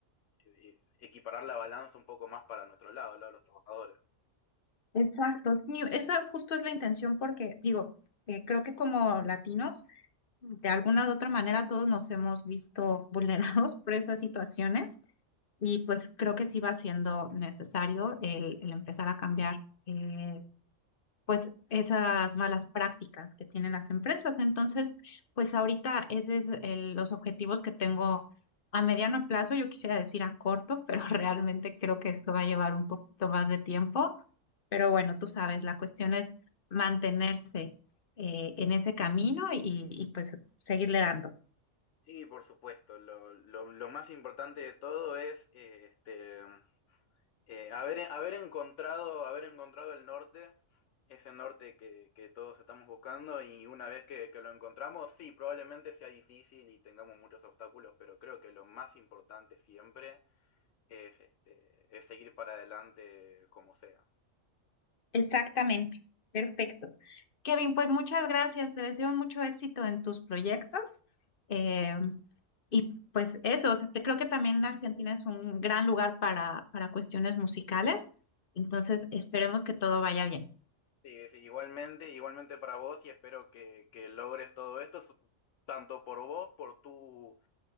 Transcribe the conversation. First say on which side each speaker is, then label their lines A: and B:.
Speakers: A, on the left; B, on the left.
A: eh, equiparar la balanza un poco más para nuestro lado, el lado de los trabajadores.
B: Exacto, sí, esa justo es la intención porque digo, eh, creo que como latinos, de alguna u otra manera todos nos hemos visto vulnerados <laughs> por esas situaciones y pues creo que sí va siendo necesario el, el empezar a cambiar eh, pues esas malas prácticas que tienen las empresas. Entonces, pues ahorita ese es el- los objetivos que tengo a mediano plazo, yo quisiera decir a corto, pero <laughs> realmente creo que esto va a llevar un poquito más de tiempo pero bueno, tú sabes, la cuestión es mantenerse eh, en ese camino y, y, pues seguirle dando.
A: Sí, por supuesto. Lo, lo, lo más importante de todo es eh, este, eh, haber, haber, encontrado, haber encontrado el norte, ese norte que, que todos estamos buscando y una vez que, que, lo encontramos, sí, probablemente sea difícil y tengamos muchos obstáculos, pero creo que lo más importante siempre es, este, es seguir para adelante como sea.
B: Exactamente, perfecto. Kevin, pues muchas gracias, te deseo mucho éxito en tus proyectos. eh, y pues eso, o sea, te- creo que también Argentina es un gran lugar para, para cuestiones musicales, entonces esperemos que todo vaya bien.
A: Sí, sí, igualmente, igualmente para vos y espero que, que logres todo esto, su- tanto por vos, por tu